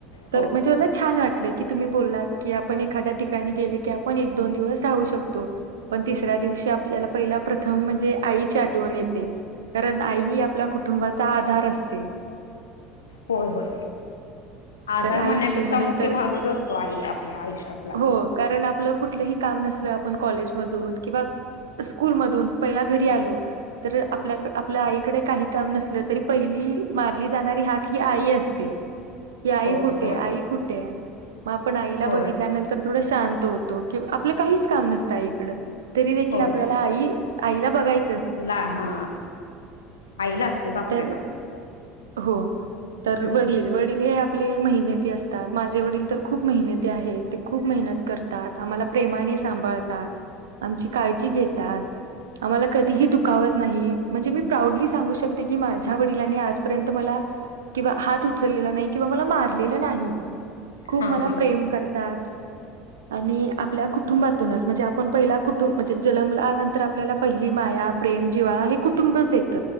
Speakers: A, on the right; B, on the left.
A: तर
B: हो
A: मला छान वाटल की तुम्ही बोललात की, आपण एखाद्या ठिकाणी गेले की आपण एक दोन दिवस राहू शकतो. पण तिसऱ्या दिवशी आपल्याला पहिला प्रथम म्हणजे आईची आठवण येते. कारण आई हि आपल्या कुटुंबात चा आधार असत
B: होय होय आधार
A: तर आईची
B: म्हणण्यापेक्षा
A: मग नंतर
B: मुख्य भागच असतो. आई आपल्या आयुष्यातला.
A: हो कारण आपलं कुठलंही काम नसलं, आपण कॉलेजमधून किंवा स्कूलमधून पहिला घरी आलो तर आपल्याक आपल्या आईकडे काही काम नसलं तरी पहिली मारली जाणारी हाक हि आई असते. कि आई
B: हो
A: कुठे
B: होय.
A: आई कुठे मग आपण आईला
B: होय
A: बघितल्यानंतर थोडं शांत त होतो. कि आपलं काहीच काम नसतं आईकड तरी देखील
B: होय
A: आपल्याला आई आईला बघाय
B: ला हा आई लागतेच आपल्याला.
A: तर हो. तर
B: हम्म
A: वडील वडील हे आपले मेहनती असतात माझे वडील तर खूप मेहनती आहेत ते खूप मेहनत करतात आम्हाला प्रेमाने सांभाळतात आमची काळजी घेतात. आम्हाला कधीही दुखावत नाही. म्हणजे मी प्राऊडली सांगू शकते की माझ्या वडिलांनी आजपर्यंत मला किंवा हात उचललेला नाही किंवा मला मारलेलं नाही खूप
B: हा
A: मला
B: हा
A: प्रेम करतात. आणि आपल्या कुठ कुटुंबातूनच म्हणजे आपण पहिला तू म्हणजे जलमल्या नंतर आपल्याला पहिली माया प्रेम जिवाळा हे कुटुंबच देत.